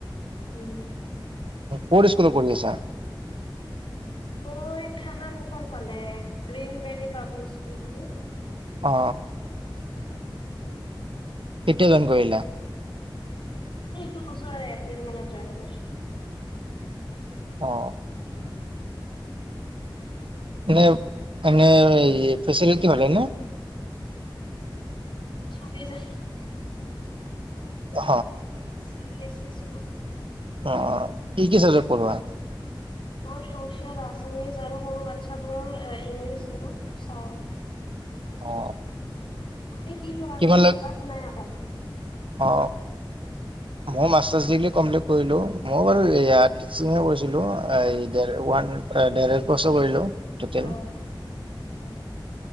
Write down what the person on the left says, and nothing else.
উম।
মই খান মুখৰ ফালে গ্ৰীণ ভেলী পাব্লিক স্কুল বুলি।
<inaudible>
এইটো বছৰে এপ্ৰিল মানত জইন কৰিছো।
<inaudible>
চলি যায়।
C B S E school.
মই ছচিয়াল, আছামিজ আৰু সৰু বাচ্ছাবোৰৰ ইংলিছ এইবোৰ চাওঁ।
তুমি কি কৰা
বুলি
ক'লা? শুনাই নাপালো।
অ
আচ্ছা।
অ আচ্চা